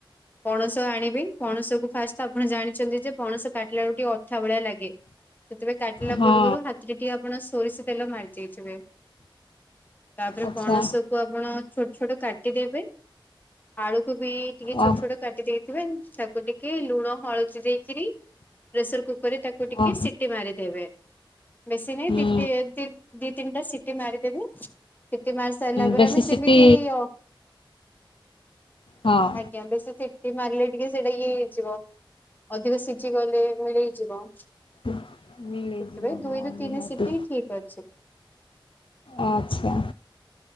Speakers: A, on the left (about 20°); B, on the left (about 75°).
A: ପଣସ ଆଣିବି ପଣସକୁ ଫାଷ୍ଟତ ଆପଣ ଜାଣିଛନ୍ତି ଯେ ପଣସ କାଟିଲା ବେଳୁ ଟିକେ ଅଠା ଭଳିଆ ଲାଗେ ସେଥିପାଇଁ କାଟିଲା
B: ହଁ
A: ପୂର୍ବରୁ ହାତରେ ଟିକେ ଆପଣ ସୋରିଷ ତେଲ ମାରି ଦେଇଥିବେ। ତାପରେ
B: ଆଚ୍ଛା
A: ପଣସ ଆପଣ ଛୋଟ ଛୋଟ କାଟିଦେବେ ଆଳୁକୁ ବି ଟିକେ ଛୋଟ
B: ଓ
A: ଛୋଟ କାଟି ଦେଇ ଥିବେ ତାକୁ ଟିକେ ଲୁଣ ହଳଦୀ ଦେଇକିରି ପ୍ରେସର କୁକର ରେ ତାକୁ ଟିକେ
B: ଓ
A: ସି ମାରିଦବେ ବେଶୀ ନାଇଁ
B: ହୁଁ
A: ଦି ଟି ଦି ଦି ତିନିଟା ସିଟି ମାରିଦେବେ ସିଟି ମାରି ସାରିଲା ପରେ
B: ବେଶୀ
A: ଆମେ ଯେମିତି
B: ସିଟି
A: ଅ
B: ହଁ
A: ଆଜ୍ଞା ବେସି ସି ଟି ମାରିଲେ ଟିକେ ସେଇଟା ଇଏ ହେଇଯିବ ଅଧିକ ସିଝି ଗଲେ ମିଳେଇ ଯିବ।
B: ମିଳିଯିବ
A: ସେଥିପାଇଁ
B: ହଁ
A: ଦୁଇରୁ
B: ନିହାତି
A: ତିନି ସିଟି ଠିକ୍ ଅଛି।
B: ଅଚ୍ଛା।